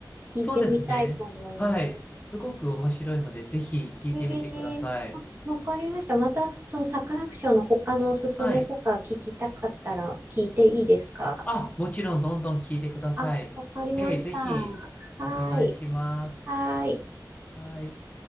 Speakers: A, on the right; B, on the left.
A: 聞いてみたいと思います。
B: そうですね。はい。すごく面白いので、ぜひ聴いてみてください。
A: ええあ、わかりました。また、そのサカナクションの他のおすすめとか聞きたかったら聞いていいですか
B: はい。あ、もちろん、どんどん聴いてください。
A: あ、わかりました。
B: ええ、ぜひ、
A: はーい。
B: お願いします。
A: はーい。
B: はい。